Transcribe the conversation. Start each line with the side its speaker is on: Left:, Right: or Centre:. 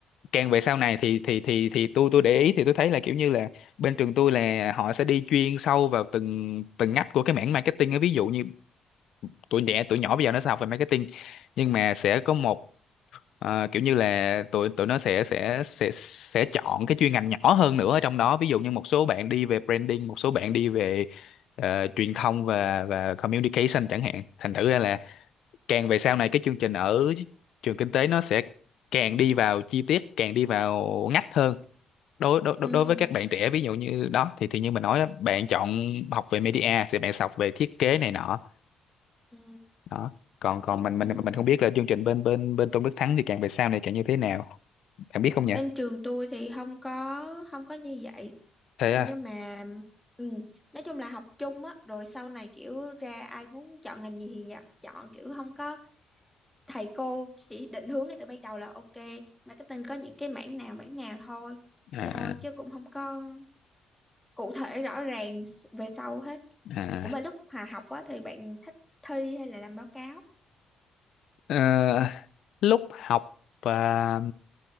Left: càng về sau này thì thì thì thì tôi tôi để ý thì tôi thấy là kiểu như là bên trường tôi là họ sẽ đi chuyên sâu vào từng từng ngách của cái mảng marketing á ví dụ như tuổi trẻ tuổi nhỏ bây giờ nó sẽ học về marketing nhưng mà sẽ có một ờ, kiểu như là tụi tụi nó sẽ sẽ sẽ sẽ chọn cái chuyên ngành nhỏ hơn nữa ở trong đó ví dụ như một số bạn đi về branding một số bạn đi về ờ, truyền thông và và communication chẳng hạn thành thử ra là càng về sau này cái chương trình ở trường kinh tế nó sẽ càng đi vào chi tiết càng đi vào ngách hơn đối đối đối
Centre: ừ.
Left: đối với các bạn trẻ ví dụ như đó thì thì như mình nói đó bạn chọn học về media thì bạn sẽ học về thiết kế này nọ
Centre: Ừ.
Left: đó còn còn mình
Centre: Ừ.
Left: mình mình không biết là chương trình bên bên bên Tôn Đức Thắng thì càng về sau này càng như thế nào bạn biết không nhỉ
Centre: Bên trường tôi thì không có không có như vậy
Left: thế
Centre: nhưng
Left: à
Centre: mà ừ. nói chung là học chung á rồi sau này kiểu ra ai muốn chọn ngành gì thì dạ, chọn kiểu không có thầy cô chỉ định hướng ngay từ ban đầu là ok marketing có những cái mảng nào mảng nào thôi
Left: à,
Centre: vậy thôi chứ cũng không có cụ thể rõ ràng s- về sau hết
Left: à.
Centre: Ủa mà lúc hòa học á thì bạn thích thi hay là làm báo cáo?
Left: Ờ, lúc học à,